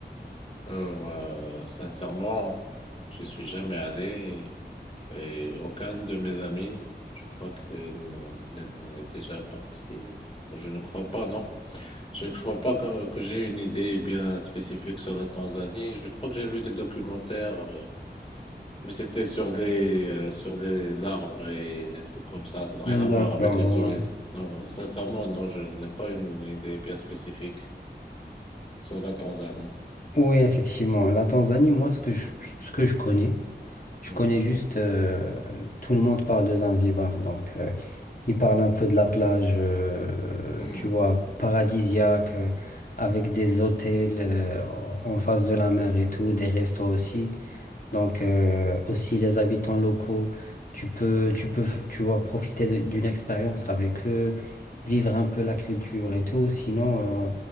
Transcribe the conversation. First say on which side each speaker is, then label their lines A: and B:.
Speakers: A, on the left; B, on the left.
A: Euh, moi, sincèrement, je suis jamais allé et aucun de mes amis, je crois que euh, n'est n'est déjà parti. Je ne crois pas, non. Je ne crois pas que, que j'ai une idée bien spécifique sur la Tanzanie. Je crois que j'ai vu des documentaires, euh, mais c'était sur les, euh, sur les arbres et des trucs comme ça. Ça n'a rien
B: Hmm,
A: à voir
B: D'accord,
A: avec le tourisme.
B: ouais.
A: Non, euh, sincèrement, non, je n'ai pas une idée bien spécifique sur la Tanzanie.
B: Oui, effectivement. La Tanzanie, moi, ce que je, ce que je connais, je
A: Mhm.
B: connais juste, euh, tout le monde parle de Zanzibar. Donc, euh, ils parlent un peu de la plage, euh,
A: Mhm.
B: tu vois, paradisiaque, euh, avec des hôtels, euh, en en face de la mer et tout, des restos aussi. Donc euh, aussi les habitants locaux, tu peux, tu peux, tu vois, profiter de- d'une expérience avec eux, vivre un peu la culture et tout. Sinon, euh,